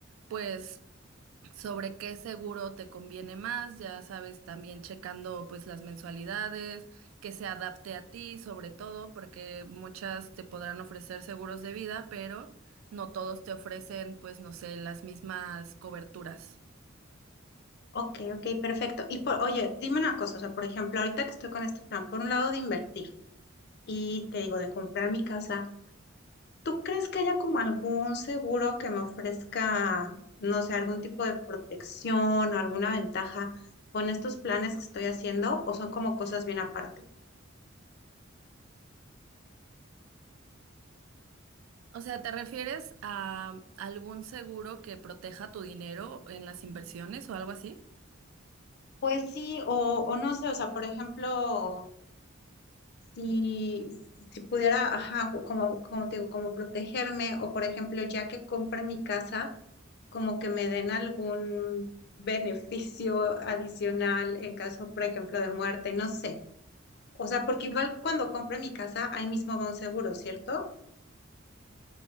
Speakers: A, on the right; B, on the left.
A: pues sobre qué seguro te conviene más, ya sabes, también checando pues las mensualidades, que se adapte a ti sobre todo, porque muchas te podrán ofrecer seguros de vida, pero no todos te ofrecen pues no sé, las mismas coberturas.
B: Ok, ok, perfecto. Y por, oye, dime una cosa, o sea, por ejemplo, ahorita que estoy con este plan, por un lado de invertir y te digo de comprar mi casa, ¿tú crees que haya como algún seguro que me ofrezca, no sé, algún tipo de protección o alguna ventaja con estos planes que estoy haciendo o son como cosas bien aparte?
A: O sea, ¿te refieres a algún seguro que proteja tu dinero en las inversiones o algo así?
B: Pues sí, o, o no sé, o sea, por ejemplo, si, si pudiera, ajá, como, como te digo, como protegerme, o por ejemplo, ya que compre mi casa, como que me den algún <laughs> beneficio adicional en caso, por ejemplo, de muerte, no sé. O sea, porque igual cuando compre mi casa, ahí mismo va un seguro, ¿cierto?